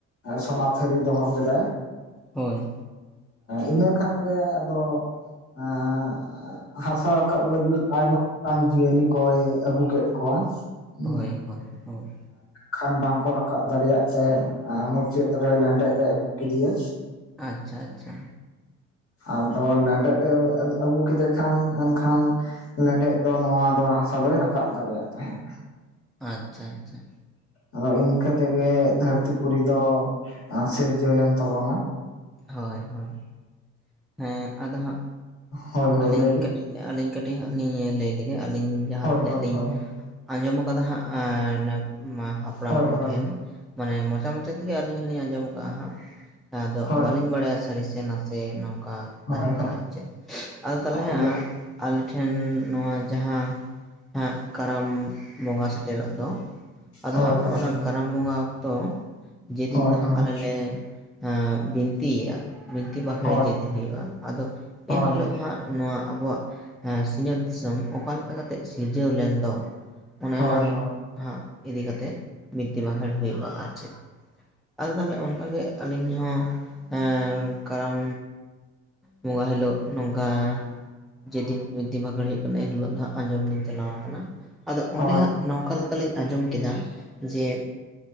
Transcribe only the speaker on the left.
ᱥᱚᱱᱟ ᱛᱷᱟᱹᱨᱤ ᱫᱚᱦᱚ ᱠᱮᱫᱟᱭ᱾
ᱤᱱᱟᱹ ᱠᱷᱟᱱ ᱜᱮ ᱟᱫᱚ ᱮᱜ ᱦᱟᱥᱟ ᱨᱟᱠᱟᱵ ᱞᱟᱹᱜᱤᱫ ᱟᱭᱢᱟ ᱜᱟᱱ ᱡᱤᱭᱟᱹᱞᱤ ᱠᱚᱭ ᱟᱹᱜᱩ ᱠᱮᱫ ᱠᱚᱣᱟ᱾ ᱦᱮᱸ
ᱠᱷᱟᱱ ᱵᱟᱝᱠᱚ ᱨᱟᱠᱟᱵ ᱫᱟᱲᱮᱭᱟᱜ ᱛᱮ᱾ ᱟᱨ ᱩᱱᱤ ᱪᱮᱫ ᱞᱮᱠᱟ ᱛᱮ ᱞᱮᱸᱰᱮᱛ ᱮ ᱟᱹᱜᱩ ᱠᱮᱫᱮᱭᱟ᱾
ᱟᱫᱚ ᱞᱮᱸᱰᱮᱫ ᱮ ᱟᱹᱜᱩ ᱠᱮᱫᱮ ᱠᱷᱟᱱ ᱮᱱᱠᱷᱟᱱ ᱞᱮᱸᱰᱮᱫ ᱫᱚ ᱱᱚᱣᱟ ᱫᱚ ᱦᱟᱥᱟ ᱫᱚᱭ ᱨᱟᱠᱟᱵ ᱫᱟᱲᱮᱭᱟᱜ ᱛᱟᱦᱮᱸᱫ᱾
ᱟᱫᱚ ᱤᱱᱠᱟᱹ ᱛᱮᱜᱮ ᱫᱷᱟᱹᱨᱛᱤ ᱯᱩᱨᱤ ᱫᱚ ᱥᱤᱨᱡᱟᱹᱣᱮᱱ ᱛᱟᱵᱚᱱᱟ᱾
ᱦᱳᱭ ᱦᱳᱭ
ᱞᱟᱹᱭ ᱵᱤᱱ
ᱦᱳᱭ
ᱦᱳᱭ
ᱦᱳᱭ
ᱦᱳᱭ
ᱦᱳᱭ
ᱦᱳᱭ
ᱦᱳᱭ
ᱦᱳᱭ
ᱦᱳᱭ
ᱦᱳᱭ ᱦᱳᱭ
ᱦᱳᱭ
ᱦᱳᱭ
ᱦᱳᱭ
ᱦᱳᱭ ᱦᱳᱭ
ᱦᱳᱭ
ᱦᱳᱭ ᱦᱳᱭ ᱦᱳᱭ
ᱦᱳᱭ